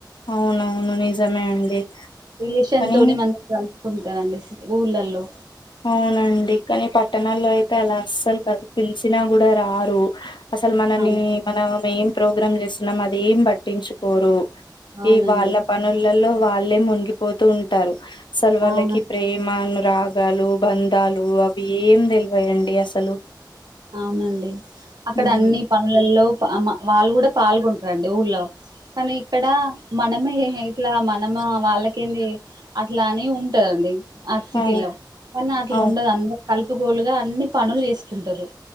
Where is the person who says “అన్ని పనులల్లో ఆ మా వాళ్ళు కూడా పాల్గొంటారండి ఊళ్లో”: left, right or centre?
Right